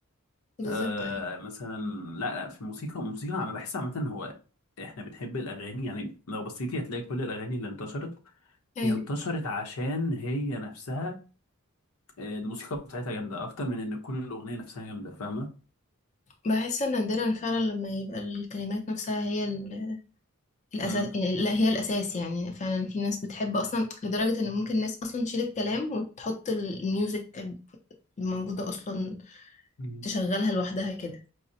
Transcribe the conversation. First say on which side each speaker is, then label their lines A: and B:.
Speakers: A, on the left (about 35°); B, on the left (about 85°).
A: بالظبط
B: آه
A: ايوه
B: مثلا لا لا في الموسيقى الموسيقى انا بحس عامه هو احنا بنحب الاغاني يعني لو بصيتي هتلاقي كل الاغاني اللي انتشرت
A: أيوة.
B: هي انتشرت عشان هي نفسها آه، الموسيقى بتاعتها جامده اكتر من ان تكون الاغنيه نفسها جامده فاهمه
A: بحس ان نادرا فعلا لما يبقى الكلمات نفسها هي ال- الاساس
B: امم
A: لا هي الاساس يعني فعلا في ناس بتحب اصلا لدرجة ان ممكن الناس اصلا تشيل الكلام وتحط الميوزك الموجودة اصلا
B: مم.
A: تشغلها لوحدها كده